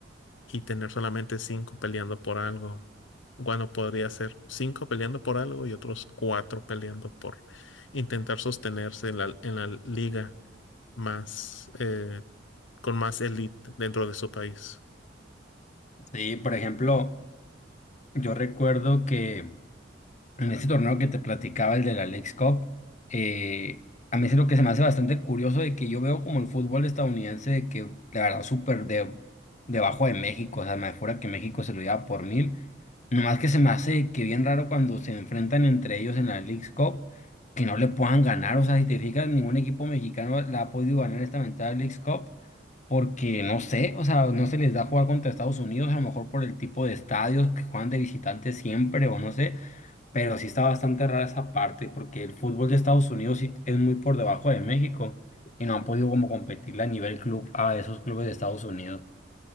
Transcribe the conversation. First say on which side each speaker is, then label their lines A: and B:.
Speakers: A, on the left; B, on the left.
A: y tener solamente cinco peleando por algo. Bueno, podría ser cinco peleando por algo y otros cuatro peleando por intentar sostenerse en la, en la liga más eh, con más elite dentro de su país.
B: Sí, por ejemplo, yo recuerdo que En ese torneo que te platicaba, el de la Leagues Cup, eh, a mí es lo que se me hace bastante curioso de que yo veo como el fútbol estadounidense de que la verdad súper de, debajo de México, o sea, me fuera que México se lo lleva por mil, nomás que se me hace que bien raro cuando se enfrentan entre ellos en la Leagues Cup, que no le puedan ganar, o sea, si te fijas, ningún equipo mexicano la ha podido ganar esta mentada Leagues Cup, porque no sé, o sea, no se les da jugar contra Estados Unidos, a lo mejor por el tipo de estadios que juegan de visitantes siempre, o no sé. Pero sí está bastante rara esa parte porque el fútbol de Estados Unidos sí es muy por debajo de México y no han podido como competirle a nivel club a esos clubes de Estados Unidos.